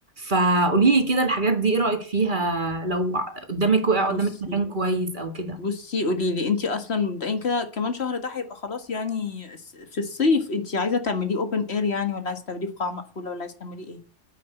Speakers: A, on the right; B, on the left.
A: فقولي لي كده الحاجات دي ايه رايك فيها لو قدامك وقع قدامك
B: بصي
A: مكان كويس او كده
B: بصي قولي لي انت اصلا مبدئيا كده كمان شهر ده هيبقى خلاص يعني الس- في الصيف انت عايزه تعمليه اوبن اير يعني ولا عايزه تعمليه في قاعه مقفوله ولا عايزه تعمليه ايه